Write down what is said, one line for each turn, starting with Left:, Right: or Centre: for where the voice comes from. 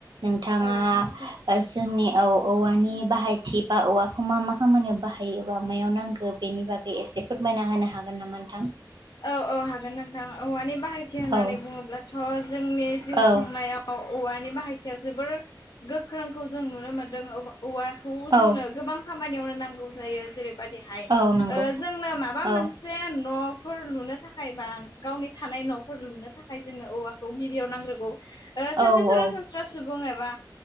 Right: नोंथाङा
Left: औ नोंथां
Right: जोंनि औ औवानि बाहायथि बा औवाखौ मा मा खामानियाव बाहायोबा मायाव नांगौ बेनि बागै एसे एसे फोरमायना होनो हागोन नामा नोंथां?
Left: औ औ हागोन नोंथां औवानि बाहायथि होननानै
Right: औ
Left: बुङोब्लाथ' जोंनि जिउ
Right: औ
Left: खुंनायाव औवानि बाहायथिया जोबोर गोख्रोंखौ जों नुनो मोनदों औवाखौ जोंनो
Right: औ
Left: गोबां खामानियावनो नांगौ। जायो जेरैबायदिहाय
Right: औ नंगौ
Left: जोंनो माबा
Right: औ
Left: मोनसे न' फोर लुनो थाखाय बा गावनि थानाय न'फोर लुनो थाखाय जोंनो औवाखौ गिबियाव नांग्रोगौ
Right: औ
Left: सासे सरासनस्रा
Right: औ
Left: सुबुं एबा